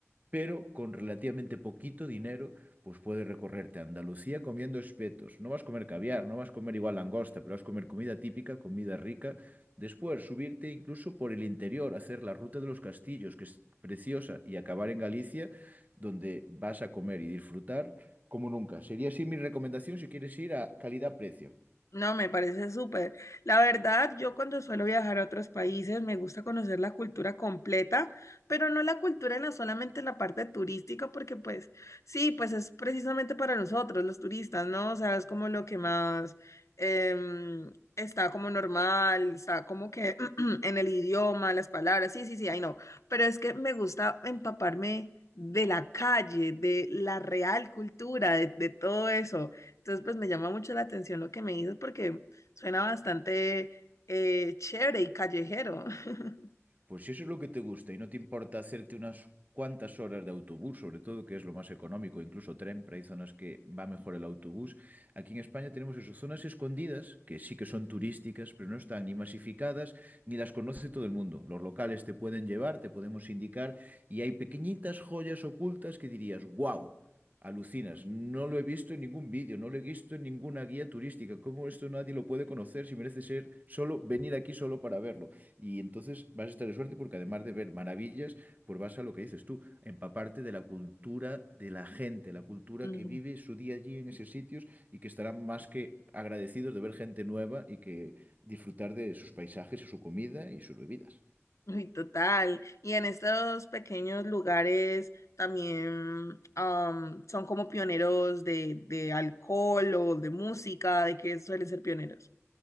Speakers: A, on the right (about 35°); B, on the left (about 80°).
A: pero con relativamente poquito dinero, pues puedes recorrerte a Andalucía comiendo espetos. No vas a comer caviar, no vas a comer igual langosta, pero vas a comer comida típica, comida rica. Después, subirte incluso por el interior, hacer la ruta de los castillos, que es preciosa, y acabar en Galicia, donde vas a comer y disfrutar como nunca. Sería así mi recomendación si quieres ir a calidad-precio.
B: No, me parece súper. La verdad, yo cuando suelo viajar a otros países me gusta conocer la cultura completa, pero no la cultura en la solamente la parte turística, porque pues sí, pues es precisamente para nosotros, los turistas, ¿no? O sea, es como lo que más em, está como normal, está como que <clears throat> en el idioma, las palabras, sí, sí, sí, ay no, pero es que me gusta empaparme de la calle, de la real cultura, de de todo eso. Entonces, pues me llama mucho la atención lo que me dices porque suena bastante eh, chévere y callejero. <laughs>
A: Pues si eso es lo que te gusta y no te importa hacerte unas cuantas horas de autobús, sobre todo, que es lo más económico, incluso tren, pero hay zonas que va mejor el autobús. Aquí en España tenemos eso, zonas escondidas, que sí que son turísticas, pero no están ni masificadas, ni las conoce todo el mundo. Los locales te pueden llevar, te podemos indicar, y hay pequeñitas joyas ocultas que dirías, wow. Alucinas, no lo he visto en ningún vídeo, no lo he visto en ninguna guía turística. ¿Cómo esto nadie lo puede conocer si merece ser solo venir aquí solo para verlo? Y entonces vas a estar de suerte porque además de ver maravillas, pues vas a lo que dices tú, empaparte de la cultura de la gente, la cultura
B: Mm.
A: que vive su día allí en esos sitios y que estarán más que agradecidos de ver gente nueva y que disfrutar de sus paisajes y su comida y sus bebidas.
B: Uy, total. Y en estos pequeños lugares también am, son como pioneros de, de alcohol o de música, ¿de qué suelen ser pioneros?